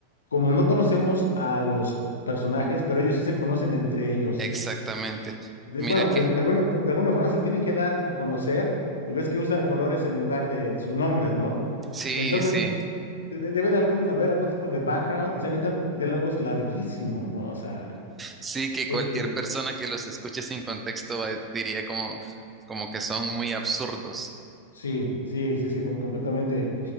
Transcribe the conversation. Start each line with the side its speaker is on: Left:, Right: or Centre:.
Left: como no conocemos a los personajes, pero ellos sí se conocen entre ellos.
Right: exactamente.
Left: De-
Right: Mira
Left: bueno,
Right: que,
Left: de, de alguna, de alguna forma se tienen que dar a conocer y ves que usan colores en lugar de sus nombres, ¿no?
Right: sí,
Left: Entonces,
Right: sí,
Left: de- de- debe de algún, haber algún tipo de background y se avientan diálogos larguísimos, ¿no? O sea,
Right: sí que cualquier
Left: este,
Right: persona que los escuche sin contexto va- diría como, como que son muy absurdos.
Left: sí, sí, sí, sí, como completamente.